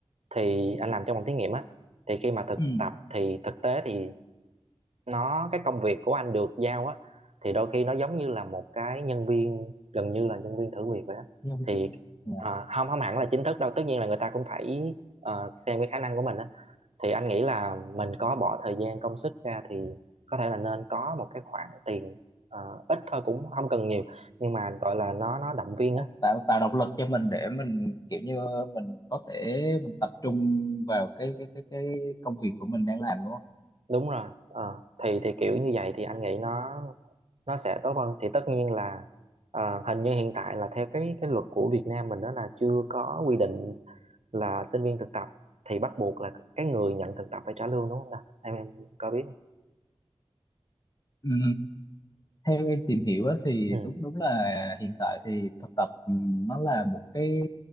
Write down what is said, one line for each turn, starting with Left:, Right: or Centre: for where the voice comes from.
Right: thì anh làm trong phòng thí nghiệm á thì khi mà thực
Left: ừ
Right: tập thì thực tế thì nó cái công việc của anh được giao á thì đôi khi nó giống như là một cái nhân viên gần như là nhân viên thử việc vậy đó
Left: Giống
Right: thì
Left: trợ- dạ.
Right: à, không không hẳn là chính thức đâu tất nhiên là người ta cũng phải ờ, xem cái khả năng của mình á thì anh nghĩ là mình có bỏ thời gian công sức ra thì có thể là nên có một cái khoản tiền ờ, ít thôi cũng không cần nhiều nhưng mà gọi là nó nó động viên
Left: Nó
Right: á
Left: tạo tạo động lực cho mình để mình kiểu như mình có thể mình tập trung vào cái cái cái cái công việc của mình đang làm đúng không
Right: đúng rồi Ờ, thì thì kiểu như vậy thì anh nghĩ nó nó sẽ tốt hơn thì tất nhiên là ờ, hình như hiện tại là theo cái cái luật của Việt Nam mình đó là chưa có quy định là sinh viên thực tập thì bắt buộc là cái người nhận thực tập phải trả lương đúng không nào em em có biết không
Left: ừ theo em tìm hiểu á, thì
Right: ừ
Left: đúng đúng là hiện tại thì thực tập ừm, nó là một cái